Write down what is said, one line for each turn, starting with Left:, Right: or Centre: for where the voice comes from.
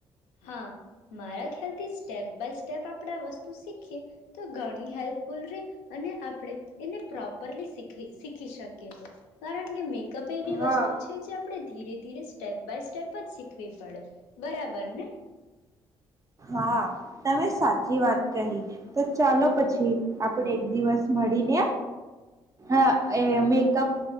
Left: હા મારા ખ્યાલથી સ્ટેપ બાય સ્ટેપ આપણે આ વસ્તુ શીખીએ તો ઘણી હેલ્પફુલ રહે અને આપણે એને પ્રોપરલી શીખી શીખી શકીએ છે કારણ કે મેકઅપ એવી
Right: હા
Left: વસ્તુ છે જે આપણે ધીરે ધીરે સ્ટેપ બાય સ્ટેપ જ શીખવી પડે બરાબર ને
Right: હા તમે સાચી વાત કહી તો ચાલો પછી આપડે એક દિવસ મળીને અ એ મેકઅપ